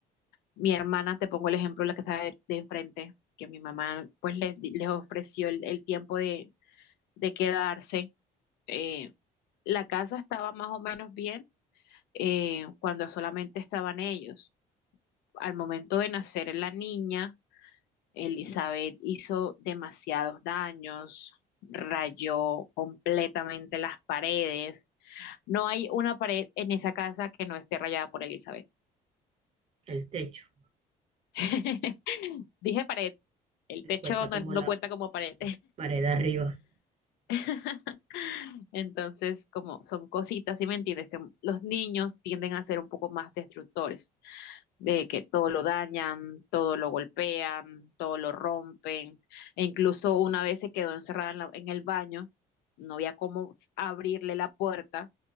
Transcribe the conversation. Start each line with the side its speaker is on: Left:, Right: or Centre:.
Left: mi hermana, te pongo el ejemplo, la que está de, de enfrente, que mi mamá pues les, les ofreció el, el tiempo de, de quedarse. eh, la casa estaba más o menos bien eh, cuando solamente estaban ellos. Al momento de nacer la niña, Elizabeth hizo demasiados daños, rayó completamente las paredes. No hay una pared en esa casa que no esté rayada por Elizabeth.
Right: el techo.
Left: <laughs> Dije pared, el
Right: Se
Left: techo
Right: cuenta como
Left: no, no
Right: la
Left: cuenta como pared.
Right: pared arriba.
Left: <laughs> Entonces, como son cositas, ¿sí me entiendes? Que los niños tienden a ser un poco más destructores. de que todo lo dañan, todo lo golpean, todo lo rompen, e incluso una vez se quedó encerrada en, la- en el baño, no había cómo abrirle la puerta